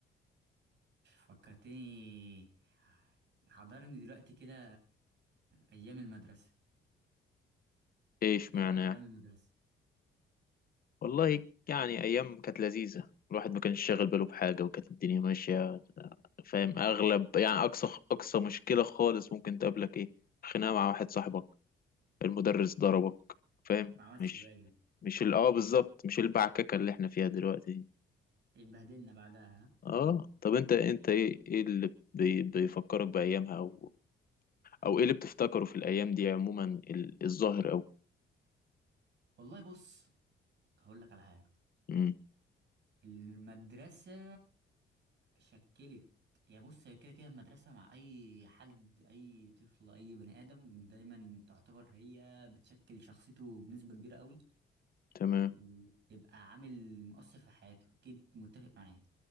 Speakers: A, on the right; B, on the left.
A: فكرتني حضرني دلوقتي كده ايام المدرسه
B: ايه اشمعنى
A: ايه رايك
B: يعني
A: في ايام المدرسه
B: والله يعني ايام كانت لذيذه الواحد ما كانش شاغل باله بحاجه وكانت الدنيا ماشيه فاهم اغلب يعني اقصى اقصى مشكله خالص ممكن تقابلك ايه خناقه مع واحد صاحبك المدرس ضربك فاهم
A: ما عملتش
B: مش
A: الواجب
B: مش ال- اه بالظبط مش البعككه اللي احنا فيها دلوقتي
A: اتبهدلنا بعدها ها
B: اه طب انت انت ايه ايه اللي بي بيفكرك بايامها او ايه اللي بتفتكره في الايام دي عموما ال- الظاهر او
A: والله بص هقول لك على حاجه
B: امم
A: المدرسه شكلت يعني بص هي كده كده المدرسة مع أي حد أي طفل أي بني آدم دايما تعتبر هي بتشكل شخصيته بنسبة كبيرة قوي
B: تمام
A: وتبقى عامل مؤثر في حياته أكيد متفق معايا